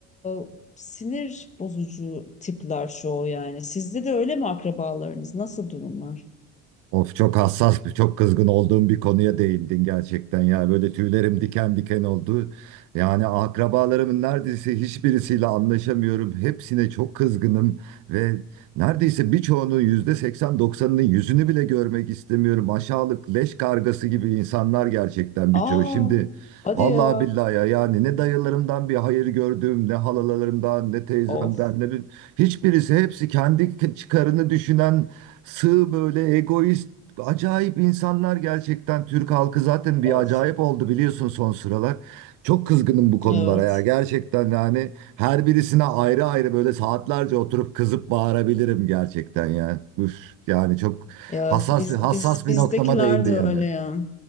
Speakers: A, on the left; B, on the right.
A: e, sinir bozucu tipler çoğu yani. Sizde de öyle mi akrabalarınız? Nasıl durumlar?
B: Of çok hassas bir, çok kızgın olduğum bir konuya değindin gerçekten ya. Böyle tüylerim diken diken oldu. Yani akrabalarımın neredeyse hiçbirisiyle anlaşamıyorum. Hepsine çok kızgınım ve neredeyse birçoğunun yüzde seksen doksanının yüzünü bile görmek istemiyorum. Aşağılık leş kargası gibi insanlar gerçekten birçoğu.
A: Aa,
B: Şimdi
A: hadi
B: vallahi
A: ya.
B: billahi ya yani ne dayılarımdan bir hayır gördüm, ne halalarımdan, ne teyzemden,
A: Of,
B: ne bir... Hiçbirisi hepsi kendi çıkarını düşünen Sığ böyle egoist, acayip insanlar gerçekten. Türk halkı zaten bir
A: of.
B: acayip oldu biliyorsun son sıralar. Çok kızgınım bu konulara
A: Evet.
B: ya. Gerçekten yani her birisine ayrı ayrı böyle saatlerce oturup kızıp bağırabilirim gerçekten ya. Üf, yani çok
A: Ya
B: hassas
A: biz
B: bir hassas
A: biz
B: bir
A: bizdekiler
B: noktama değindi
A: de
B: yani.
A: öyle ya.